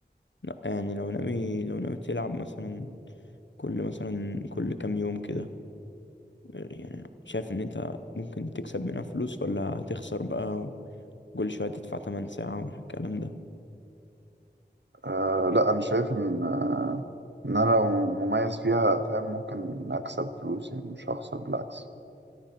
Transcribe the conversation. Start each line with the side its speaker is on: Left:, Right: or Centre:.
Left: لا يعني لو ناوي لو ناوي تلعب مثلا كل مثلا كل كام يوم كده يعني شايف ان انت ممكن تكسب منها فلوس ولا هتخسر بقى وكل شوية تدفع تمن ساعة والكلام ده
Right: آه لا انا شايف ان آه ان انا لو مميز فيها فاهم ممكن اكسب فلوس يعني مش هخسر بالعكس